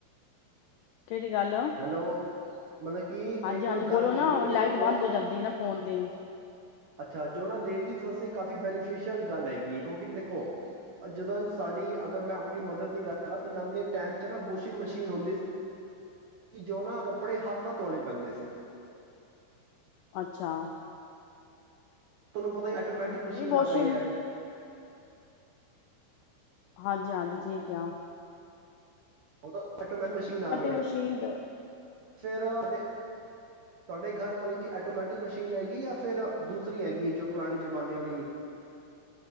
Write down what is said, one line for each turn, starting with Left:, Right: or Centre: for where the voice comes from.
Left: ਕਿਹੜੀ ਗੱਲ
Right: ਹੈਲੋ ਮਤਲਬ ਕਿ
Left: ਹਾਂਜੀ
Right: ਇੱਕ
Left: ਹਾਂਜੀ
Right: ਗੱਲ
Left: ਬੋਲੋ
Right: ਕਰਨੀ
Left: ਨਾ ਲਾਈਟ
Right: ਹੈ ਜੋ
Left: ਬੰਦ ਹੋ ਜਾਂਦੀ ਨਾ ਫੋਨ ਦੀ
Right: ਅੱਛਾ ਜੋ ਨਾ ਲੇਡੀਜ਼ ਵਾਸਤੇ ਕਾਫੀ ਬੈਨੀਫਿਸ਼ਅਲ ਗੱਲ ਹੈਗੀ ਹੈ ਕਿਉਂਕਿ ਦੇਖੋ ਜਦੋਂ ਸਾਡੀ ਅਗਰ ਮੈਂ ਆਪਣੀ ਮਦਰ ਦੀ ਗੱਲ ਕਰਾਂ ਤੇ ਨਦੇ ਟਾਈਮ 'ਚ ਨਾ ਵਾਸ਼ਿੰਗ ਮਸ਼ੀਨ ਹੁੰਦੀ ਕਿ ਜੋ ਨਾਂ ਕੱਪੜੇ ਹੱਥ ਨਾ ਧੋਣੇ ਪੈਂਦੇ ਸੀ
Left: ਅੱਛਾ
Right: ਤੁਹਾਨੂੰ ਪਤਾ ਹੀ
Left: ਠੀਕ
Right: ਆਟੋਮੈਟਿਕ
Left: ਹੈ ਠੀਕ
Right: ਮਸ਼ੀਨ
Left: ਹੈ ਨਹੀਂ ਵਾਸ਼ਿੰਗ
Right: ਆ ਗਈ ਹੈ
Left: ਹਾਂਜੀ, ਹਾਂਜੀ ਠੀਕ ਯਾਂ।
Right: ਹੁਣ ਤਾਂ, ਆਟੋਮੈਟਿਕ ਮਸ਼ੀਨ ਆ ਗਈ ਏ,
Left: ਮਸ਼ੀਨ ਹਾਂਜੀ
Right: ਫਿਰ ਡ <inaudible> ਤੁਹਾਡੇ ਘਰ ਮਤਲਬ ਕਿ, ਆਟੋਮੈਟਿਕ ਮਸ਼ੀਨ ਹੈਗੀ ਆ? ਫਿਰ ਦੂਸਰੀ ਹੈਗੀ ਆ, ਜੋ ਪੁਰਾਣੇ ਜ਼ਮਾਨੇ ਵਾਲੀ